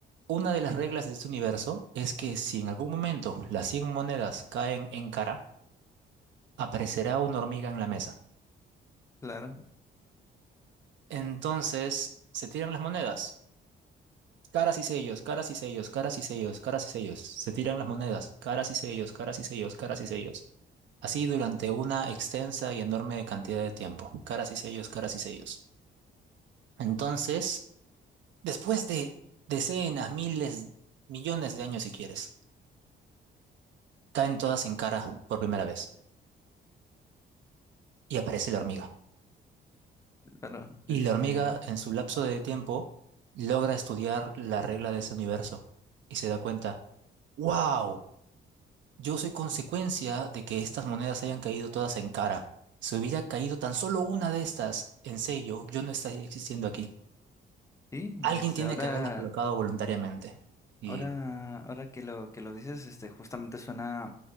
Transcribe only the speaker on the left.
claro,
claro.
Este,
sí, y
este,
ahora,
ahora, ahora que lo, que lo dices, este, justamente suena